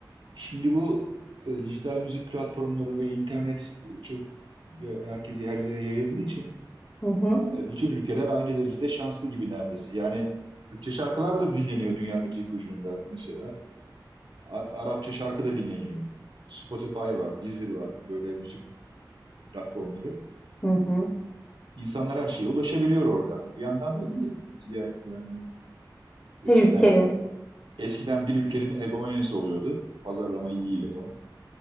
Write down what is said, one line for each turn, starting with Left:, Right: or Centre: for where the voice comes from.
Right: Şimdi bu e, dijital müzik platformları ve internet e, çok ya- herkesi her yere yayıldığı için
Left: Hı hı,
Right: e, bütün ülkeler aynı derecede şanslı gibi neredeyse. Yani Türkçe şarkılar da dinleniyor dünyanın öteki ucunda mesela. A- Arapça şarkı da dinleniyor. Spotify var, Deezer var böyle müzik platformları.
Left: hı hı.
Right: İnsanlar her şeye ulaşabiliyor orada. Bir yandan da iyi. Diğer yani eskiden
Left: Her ülkenin
Right: eskiden bir ülkenin egomanyası oluyordu. Pazarlamayı iyi yapan.